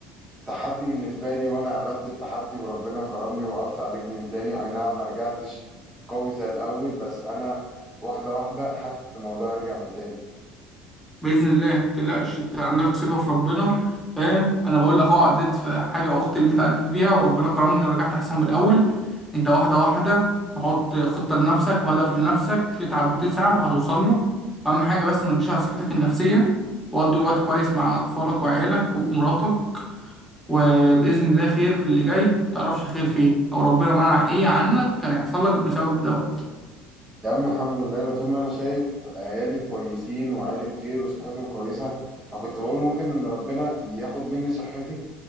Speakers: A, on the right; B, in the centre.
A: تحدي بالنسبه لي وانا قابلت التحدي وربنا كرمني وقفت على رجلي من تاني اي نعم ما رجعتش قوي زي الاول بس انا واحده واحده حاسس إن الموضوع يرجع من تاني
B: باذن الله متقلقش انت عندك ثقه في ربنا فاهم انا بقول لك اهو عديت في حاجه اخت اللي انت عديت بيها وربنا كرمني ورجعت احسن من الاول انت واحده واحده تحط خطه لنفسك وهدف لنفسك تتعب وتسعى وهتوصل له اهم حاجه بس ما تجيش على صحتك النفسيه وقضي وقت كويس مع اطفالك وعيالك ومراتك وباذن الله خير في اللي جاي متعرفش خير فين او ربنا منع ايه عنك كان هيحصل لك بسبب دوت
A: يا عم الحمد لله انا طول ما انا شايف عيالي كويسين وعيالي بخير وصحتهم كويسه انا كنت بقول ممكن ان ربنا ياخد مني صحتي